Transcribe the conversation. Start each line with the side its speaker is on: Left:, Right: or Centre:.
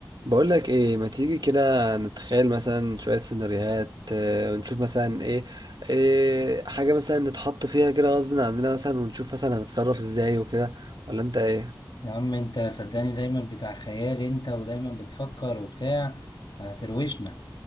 Right: بقول لك ايه ما تيجي كده نتخيل مثلا شوية سيناريوهات آه، ونشوف مثلا ايه, إيه حاجة مثلا نتحط فيها كده غصب عننا مثلا ونشوف مثلا هنتصرف ازاي وكده ولا انت ايه
Left: يا عم انت صدقني دايما بتاع خيال انت ودايما بتفكر وبتاع هتروشنا